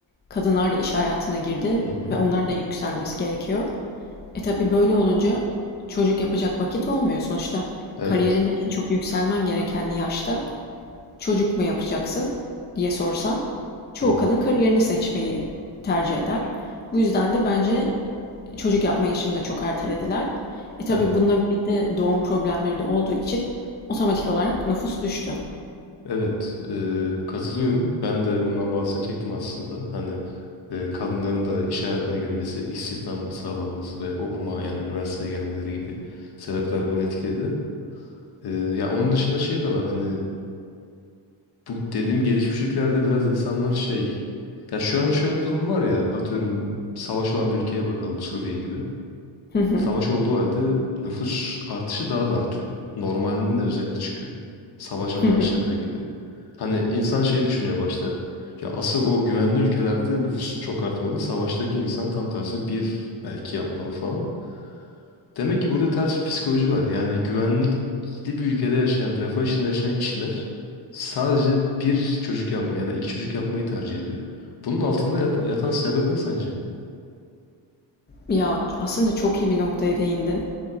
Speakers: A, on the left; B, on the left.
A: kadınlar da iş hayatına girdi
B: Hı hı.
A: ve onların da yükselmesi gerekiyor. E tabii böyle olunca çocuk yapacak vakit olmuyor. Sonuçta
B: Evet.
A: kariyerinde en çok yükselmen gereken yaşta çocuk mu yapacaksın diye sorsan çoğu
B: Hı hı.
A: kadın kariyerini seçmeyi tercih eder. Bu yüzden de bence çocuk yapma yaşını da çok ertelediler. E tabii
B: Evet.
A: bununla birlikte doğum problemleri de olduğu için otomatik olarak nüfus düştü.
B: Evet. Ee, katılıyorum. Ben de bundan bahsedecektim aslında. Hani e, kadınların da iş hayatına girmesi, istihdam sağlanması ve okuma yani üniversiteye gelmeleri gibi sebepler bunu etkiledi. Ee, ya onun dışında şey de var. Hani bu dediğim gelişmiş ülkelerde biraz insanlar şey. Ya şu an şöyle bir durum var ya. Atıyorum savaş olan bir ülkeye bakalım Suriye gibi.
A: Hı hı,
B: Savaş olduğu halde nüfus artışı daha da artıyor. Normalinin de üzerine çıkıyor. Savaş başladığı
A: hı hı.
B: gibi. Hani insan şey düşünüyor başta. Ya asıl o güvenli ülkelerde nüfus çok artmalı. Savaştaki insan tam tersini bir belki yapmalı falan. Demek ki burada ters bir psikoloji var. Yani güvenlikli bir ülkede yaşayan, refah içinde yaşayan kişiler sadece bir çocuk yapmayı ya da iki çocuk yapmayı tercih ediyor. Bunun altında yat- yatan sebep ne sence?
A: Ya aslında çok iyi bir noktaya değindin.